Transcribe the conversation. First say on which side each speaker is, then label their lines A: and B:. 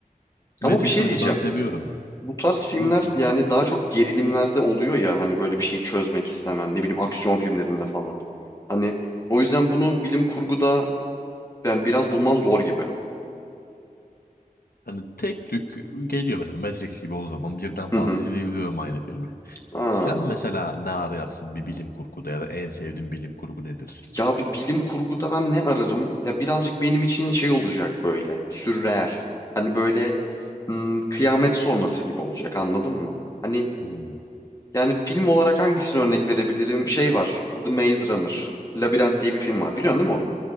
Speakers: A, on the left (about 80°); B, on the left (about 20°).
A: Matrix'i
B: Ama bir şey diyeceğim.
A: de ben seviyorum.
B: Bu tarz filmler
A: buyur Buyurun.
B: yani daha çok gerilimlerde oluyor ya hani böyle bir şeyi çözmek istemen ne bileyim aksiyon filmlerinde falan. Hani o yüzden bunu bilim kurguda yani biraz bulman zor gibi.
A: Hani tek tük geliyor mesela Matrix gibi olduğu zaman birden fazla
B: Hı hı.
A: izleyebiliyorum aynı filmi.
B: Aa.
A: Sen mesela ne arayarsın bir bilim kurguda ya da en sevdiğin bilim kurgu nedir?
B: Ya bir bilim kurguda ben ne ararım? Ya birazcık benim için şey olacak böyle sürreel. Hani böyle hmm, kıyamet sonrası gibi olacak anladın mı? Hani
A: Hmm,
B: yani film olarak hangisini örnek verebilirim? Şey var The Maze Runner. Labirent diye bir film var biliyorsun değil mi onu?